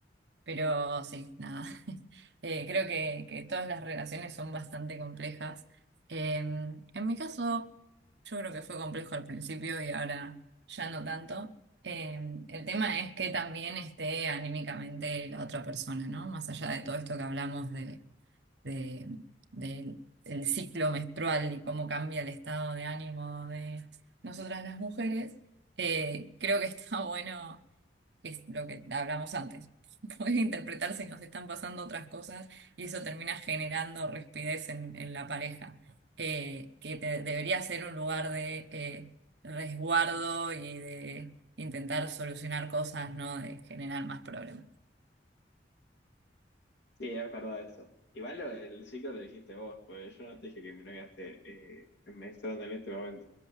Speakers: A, on the right; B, on the left.
A: pero sí, nada. <laughs> Eh, creo que, que todas las relaciones son bastante complejas. Eh, en mi caso, yo creo que fue complejo al principio y ahora ya no tanto. Eh, el tema es que también esté anímicamente la otra persona, ¿no? Más allá de todo esto que hablamos de, de- del del ciclo menstrual y cómo cambia el estado de ánimo de nosotras las mujeres, eh, creo que <laughs> está bueno es lo que hablamos antes. <laughs> Podés interpretar si nos están pasando otras cosas y eso termina generando rispidez en, en la pareja, eh, que te- debería ser un lugar de eh, resguardo y de intentar solucionar cosas, no de generar más problemas.
B: Sí, es verdad eso. Igual lo- el ciclo lo dijiste vos, pues yo no te dije que mi novia esté eh, en menstruando en este momento.